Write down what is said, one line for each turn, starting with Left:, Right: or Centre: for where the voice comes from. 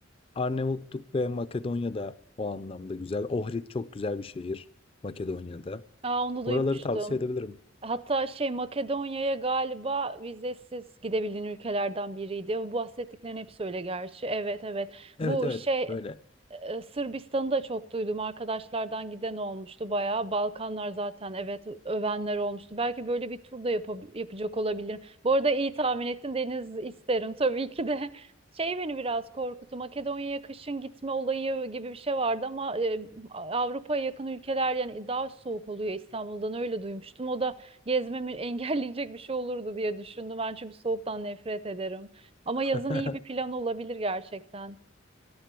Left: Arnavutluk ve Makedonya'da o anlamda güzel. Ohrid çok güzel bir şehir Makedonya'da.
Right: Aa, onu
Left: Oraları
Right: duymuştum.
Left: tavsiye edebilirim.
Right: Hatta şey Makedonya'ya galiba vizesiz gidebildiğin ülkelerden biriydi. Bu bahsettiklerin hepsi öyle gerçi. Evet evet.
Left: Evet
Right: Bu
Left: evet
Right: şey
Left: öyle.
Right: E, Sırbistan'ı da çok duydum. Arkadaşlardan giden olmuştu bayağı. Balkanlar zaten evet övenler olmuştu. Belki böyle bir tur da yapab- yapacak olabilirim. Bu arada iyi tahmin ettin. Deniz isterim tabii ki de. <laughs> Şey beni biraz korkuttu. Makedonya'ya kışın gitme olayı gibi bir şey vardı ama e, Avrupa'ya yakın ülkeler yani daha soğuk oluyor İstanbul'dan öyle duymuştum. O da gezmemi <laughs> engelleyecek bir şey olurdu diye düşündüm. Ben çünkü soğuktan nefret ederim. Ama
Left: <laughs>
Right: yazın iyi bir plan olabilir gerçekten.